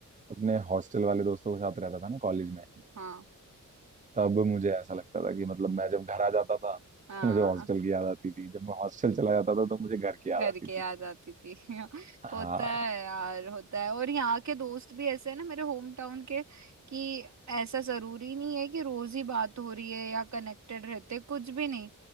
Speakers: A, on the right; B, on the right.
A: अपने हॉस्टल वाले दोस्तों के साथ रहता था ना कॉलेज में
B: हाँ
A: तब मुझे ऐसा लगता था कि मतलब मैं जब घर आ जाता था
B: हाँ
A: तो मुझे हॉस्टल की याद आती थी जब मैं हॉस्टल चला जाता था तो मुझे घर की याद
B: घर
A: आती
B: के
A: थी
B: याद आती थी <laughs>
A: हाँ
B: होता है यार होता है और यहाँ के दोस्त भी ऐसे हैं ना मेरे होम टाउन के कि ऐसा जरूरी नहीं है कि रोज ही बात हो रही है या कनेक्टेड रहते कुछ भी नहीं